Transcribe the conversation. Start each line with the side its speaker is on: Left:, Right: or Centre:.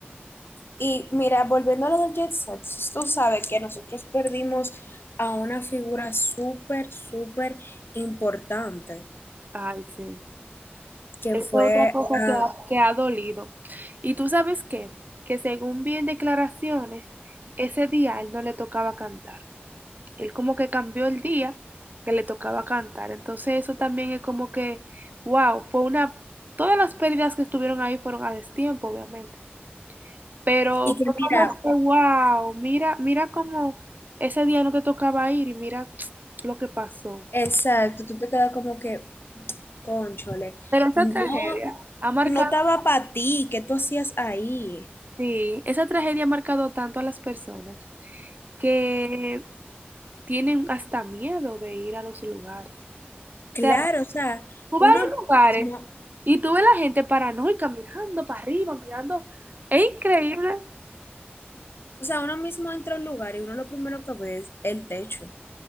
Left: Y mira, volviendo a lo del Jet Set, tú sabes que nosotros perdimos a una figura súper, súper importante,
Right: Ay, sí.
Left: que
Right: Es
Left: fue
Right: otra
Left: a...
Right: cosa que ha dolido. Y tú sabes qué, que según bien declaraciones, ese día a él no le tocaba cantar. él como que cambió el día que le tocaba cantar. Entonces eso también es como que, wow, fue una, todas las pérdidas que estuvieron ahí fueron a destiempo, obviamente. Pero
Left: Y que
Right: fue
Left: mira,
Right: como que, wow, mira, mira cómo ese día no te tocaba ir y mira <tsk> lo que pasó.
Left: exacto, tú te quedas como que, conchole,
Right: Pero esa
Left: no,
Right: tragedia ha marcado,
Left: no estaba para ti, ¿qué tú hacías ahí?
Right: sí, esa tragedia ha marcado tanto a las personas que tienen hasta miedo de ir a los lugares.
Left: Claro,
Right: O
Left: o sea,
Right: Tú
Left: uno
Right: vas a los lugares
Left: mismo,
Right: y tú ves la gente paranoica mirando para arriba, mirando. Es increíble
Left: o sea, uno mismo entra a un lugar y uno lo primero que ve es el techo. O